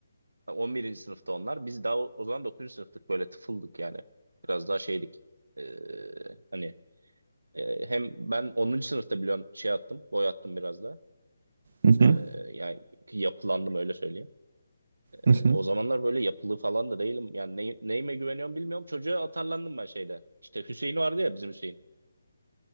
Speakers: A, on the right; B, on the right.
A: On birinci sınıfta onlar. Biz daha o o zaman dokuzuncu sınıftık böyle tıfıldık yani. Biraz daha şeydik. E, hani e, hem ben onuncu sınıfta biliyorum şey attım. Boy attım biraz da.
B: hı
A: E,
B: hı,
A: yani yapılandım öyle söyleyeyim. E,
B: hı hı,
A: o zamanlar böyle yapılı falan da değilim. Yani ney- neyime güveniyorum bilmiyorum. Çocuğa atarlandım ben şeyde. İşte Hüseyin vardı ya bizim Hüseyin.